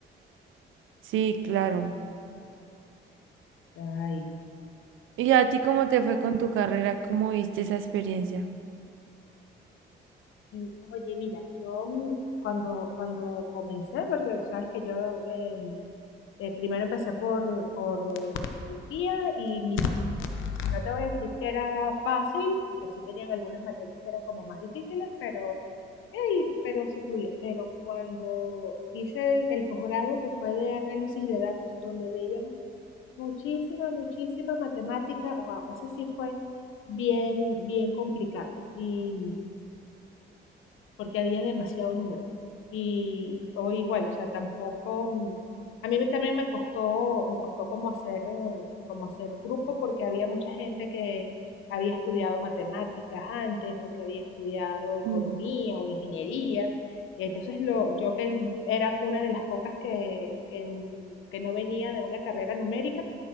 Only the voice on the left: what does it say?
Ay.
Y, oye, mira, yo mm, cuando, cuando comencé, porque sabes que yo eh, Eh, primero empecé por, por sociología y mira, no te voy a decir que era fácil, porque sí tenían algunas materias que eran como más difíciles, pero, hey, pero se fluía. Pero cuando hice el, el posgrado que fue de análisis de datos, donde veíamos muchísima, muchísima matemática, wow, eso sí fue bien, bien complicada. Y porque había demasiado número. Y o igual, o sea, tampoco mm, a mí me- también me costó me costó como hacer eh, como hacer grupo porque había mucha gente que había estudiado matemáticas antes o que había estudiado economía
o ingeniería. Y entonces lo, yo que era una de las pocas que, que, que no venía de una carrera numérica,